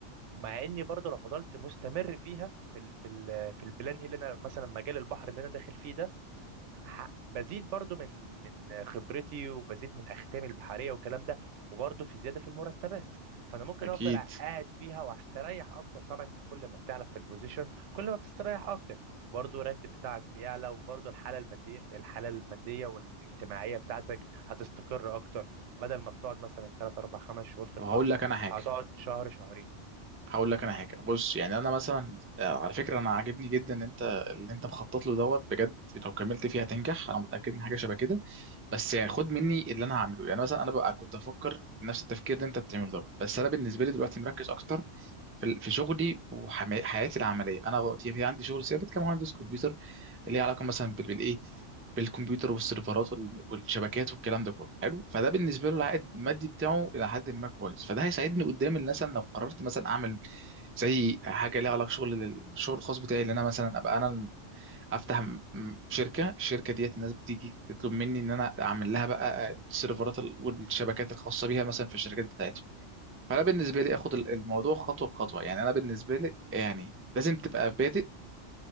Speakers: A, on the right; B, on the right.
A: مع اني برضو لو فضلت مستمر فيها في ال في ال في البلان ايه اللي انا مثلا مجال البحر اللي انا داخل فيه ده ح- بزيد برضو من من خبرتي وبزيد من اختامي البحريه والكلام ده وبرضو في زياده في المرتبات فانا ممكن
B: اكيد
A: افضل قاعد فيها وهستريح اكتر طبعا انت كل ما بتعلى في البوزيشن كل ما بتستريح اكتر وبرضو الراتب بتاعك بيعلى وبرضو الحاله الماديه الحاله الماديه والاجتماعيه بتاعتك هتستقر اكتر بدل ما بتقعد مثلا 3 4 5 شهور في
B: طب
A: البحر
B: هقول لك انا حاجه
A: هتقعد شهر شهرين
B: هقول لك انا حاجه بص يعني انا مثلا آه، على فكره انا عاجبني جدا ان انت اللي انت مخطط له دوت بجد لو كملت فيه هتنجح انا متاكد من حاجه شبه كده بس يعني خد مني اللي انا هعمله يعني مثلا انا ببقى كنت افكر نفس التفكير اللي انت بتعمله دوت بس انا بالنسبه لي دلوقتي مركز اكتر في في شغلي وحياتي العمليه انا دلوقتي في عندي شغل ثابت كمهندس كمبيوتر اللي هي علاقه مثلا بال- بالايه بالكمبيوتر والسيرفرات وال- والشبكات والكلام ده كله حلو فده بالنسبه له العائد المادي بتاعه الى حد ما كويس فده هيساعدني قدام الناس أنا لو قررت مثلا اعمل زي حاجه ليها علاقه شغل الشغل الخاص بتاعي اللي انا مثلا ابقى انا ال- افتح م- م- شركه الشركه ديت الناس بتيجي تطلب مني ان انا اعمل لها بقى السيرفرات ال- والشبكات الخاصه بيها مثلا في الشركات بتاعتهم فانا بالنسبه لي اخد ال- الموضوع خطوه بخطوه يعني انا بالنسبه لي يعني لازم تبقى بادئ